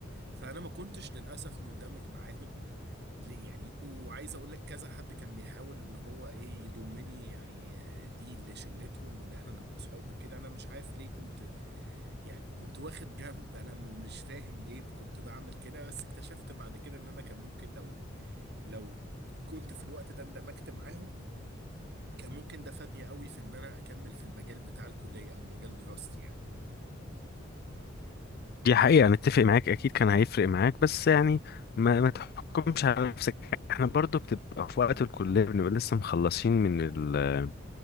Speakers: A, on the right (about 55°); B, on the left (about 50°).
A: فانا ما كنتش للاسف مندمج معاهم ل- يعني وعايز اقول لك كذا حد كان بيحاول اللي هو ايه يضمني يعني دي اللي شلتهم وان احنا نبقى اصحاب وكده انا مش عارف ليه كنت يعني كنت واخد جنب انا م- مش فاهم ليه كنت بعمل كده بس اكتشفت بعد كده ان انا كان ممكن لو لو كنت في الوقت ده اندمجت معاهم كان ممكن ده فادني قوي في ان انا اكمل في المجال بتاع الكلية او مجال دراستي يعني
B: دي حقيقة أنا متفق معاك أكيد كان هيفرق معاك بس يعني ما, ما تحكمش على نفسك احنا برضو بتبقى في وقت الكلية بنبقى لسه مخلصين من ال